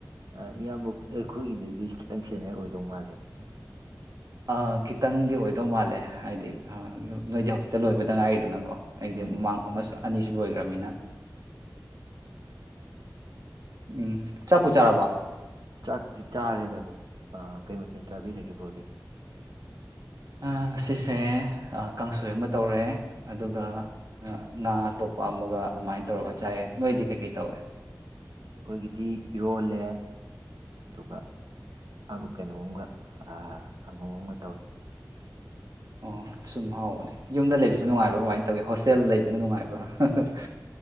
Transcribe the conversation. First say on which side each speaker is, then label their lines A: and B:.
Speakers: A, on the right (about 85°); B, on the right (about 60°).
A: ꯑꯥ, ꯏꯌꯥꯝꯕ ꯑꯩꯈꯣꯏꯒꯤꯗꯗꯤ ꯈꯤꯇꯪ ꯁꯦꯅꯤꯌ꯭ꯔ ꯑꯣꯏꯗꯧ ꯃꯥꯜꯂꯦ ꯑꯗꯨꯗꯤ
B: ꯑ ꯈꯤꯇꯪꯗꯤ ꯑꯣꯏꯗꯧ ꯃꯥꯜꯂꯦ ꯍꯥꯏꯗꯤ ꯑꯗꯨ
A: ꯑꯥ,
B: ꯅꯣꯏꯗꯤ ꯍꯧꯖꯤꯛꯇ ꯂꫭꯏꯕꯗ ꯉꯥꯏꯔꯤꯗꯅ ꯀꯣ ꯑꯩꯗꯤ
A: ꯎꯝ
B: ꯃꯃꯥꯡ ꯑꯃꯁꯨ ꯑꯅꯤꯁꯨ ꯂꯣꯏꯒ꯭ꯔꯕꯅꯤꯅ ꯎꯝ ꯆꯥꯛꯄꯨ ꯆꯥꯔꯕꯣ
A: ꯆꯥꯛꯇꯤ ꯆꯥꯔꯦꯗ ꯕꯔꯣ ꯑ ꯀꯩ ꯃꯊꯦꯜ ꯆꯥꯕꯤꯔꯒꯦ ꯕꯔꯣꯗꯤ
B: ꯑ ꯉꯁꯤꯁꯦ ꯑ ꯀꯥꯡꯁꯣꯏ ꯑꯃ ꯇꯧꯔꯦ ꯑꯗꯨꯒ ꯑ ꯉꯥ ꯑꯇꯣꯞ ꯄꯥꯝꯃꯒ ꯑꯗꯨꯃꯥꯏꯅ ꯇꯧꯔꯒ ꯆꯥꯏꯌꯦ ꯅꯣꯏꯗꯤ ꯀꯩ ꯀꯩ ꯇꯧꯔꯦ
A: ꯑꯈꯣꯏꯒꯤꯗꯤ ꯏꯔꯣꯜꯂꯦ ꯑꯗꯨꯒ ꯑꯕꯨ ꯀꯩꯅꯣꯝꯒ ꯑ ꯀꯥꯡꯒꯧ ꯑꯃ ꯇꯧꯔꯦ
B: ꯑꯣ ꯑꯁꯨꯝ ꯍꯥꯎꯕꯅꯦ ꯌꯨꯝꯗ ꯂꯩꯕꯖꯦ
A: ꯑꯥ,
B: ꯅꯨꯡꯉꯥꯏꯕ꯭ꯔꯥ ꯀꯃꯥꯏ ꯇꯧꯒꯦ ꯍꯣꯁꯇꯦꯜ ꯂꯩꯕꯅ ꯅꯨꯡꯉꯥꯏꯕ꯭ꯔꫭ ꯍꯥ ꯍꯥ